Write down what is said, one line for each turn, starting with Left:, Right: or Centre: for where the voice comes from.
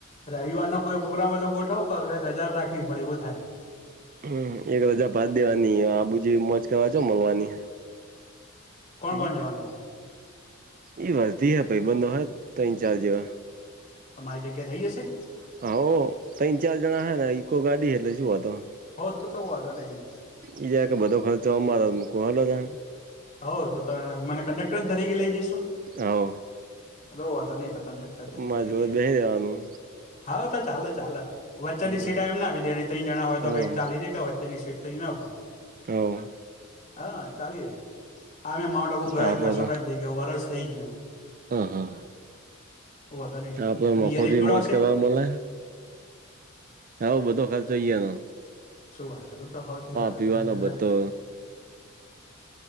Left: રવિવારનો કોઈ પ્રોગ્રામ હોય તો ગોઠવો ક રજા રાખવી પડે એવું થાય.
Right: હમ્મ, એક રજા પાત દેવાની આબુ જેવી મોજ કરવા જો <unintelligible>
Left: કોણ
Right: હમ્મ,
Left: કોણ જવાનું હોય
Right: ઈ વર્ધી હે ભઈબંધો હે ત્રણ ચાર જેવા.
Left: તો મારી જગ્યા થઈ જશે?
Right: હાહો તન ચાર જણા હે ને ઈકો ગાડી એટલે શું વાંધો.
Left: હો તો તો વોધો નહી.
Right: ઈ જાય કે બધો ખર્ચો અમારો મુકો હાલો <unintelligible>
Left: હો તો ત મને કંડેક્ટર જ તરીકે લઈ જઈશું,
Right: હોવ
Left: હલો વાધો નહી તો કડેક કટર તરીકે
Right: માર
Left: લઈ
Right: જોડે
Left: જાય,
Right: બેહી રેવાનું
Left: હાલો તો ચાલે ચાલે. વચ્ચેની
Right: હમ
Left: સીટ એમને આપી દેવાની ત્રન જણા હોય તો
Right: હોવ
Left: પછી ચાલી દે વચ્ચેની સીટ તો ઈનઅફ હોય.
Right: હવ.
Left: હા ચાલી રે. આમે માઉન્ટ આબુ ગયા
Right: આપડે
Left: ખાશો
Right: તો
Left: ટાઈમ થઇ ગયો વરસ થઇ ગયું.
Right: હ હા
Left: વાંધો નહીં
Right: આપડે મફત
Left: બિયરે
Right: ની
Left: પીવડાવશે
Right: મોજ કરવા મલે. હ ઓ બધો ખર્ચ ઈ યાનો.
Left: શું વાત એ હોથી હારું
Right: પીવાનો બધો
Left: લે <unintelligible>